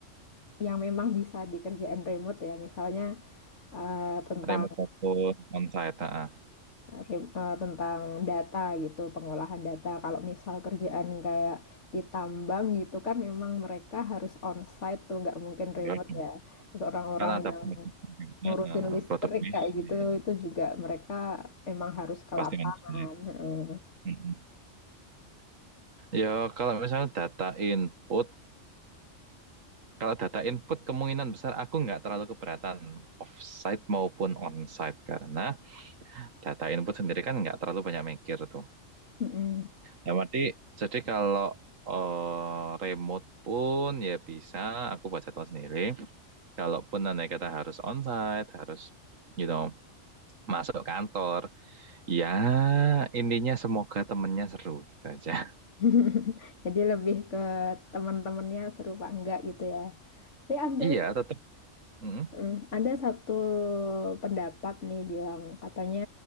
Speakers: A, on the left (about 65°); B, on the right (about 80°).
A: yang memang bisa dikerjain remote ya, misalnya eh, tentang
B: remote maupun onsite. ah. ah.
A: rem- eh, tentang data gitu, pengolahan data. Kalau misal kerjaan kayak di tambang gitu kan, memang mereka harus onsite tuh, nggak mungkin remote
B: Gimana?
A: ya. Terus orang-orang
B: Karena ada
A: yang
B: produk juga,
A: ngurusin
B: eh,
A: listrik
B: produk bisnis,
A: kayak gitu, itu juga mereka emang harus ke
B: pasti
A: lapangan.
B: kan bisnis.
A: Heeh.
B: Mm-mm. Ya, kalau misalnya data input, kalau data input kemungkinan besar aku nggak terlalu keberatan offsite maupun onsite karena data input sendiri kan nggak terlalu banyak mikir tuh.
A: Mm-mm.
B: Yang berarti jadi kalau eh, remote pun ya bisa aku buat jadwal sendiri. Kalaupun nanti kata harus onsite, harus you know masuk kantor, ya intinya semoga temennya seru gitu aja.
A: <laughs> Jadi lebih ke teman-temannya seru apa enggak gitu ya. Tapi Anda,
B: Iya, tetap. Mm.
A: mm, Anda satu pendapat nih bilang katanya